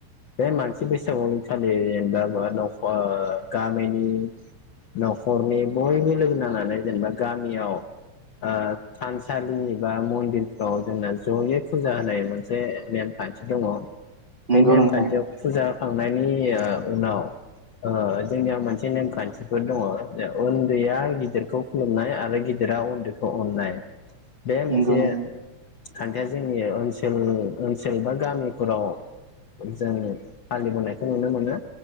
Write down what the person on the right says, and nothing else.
नंगौ
नोंथां
नंगौ
नों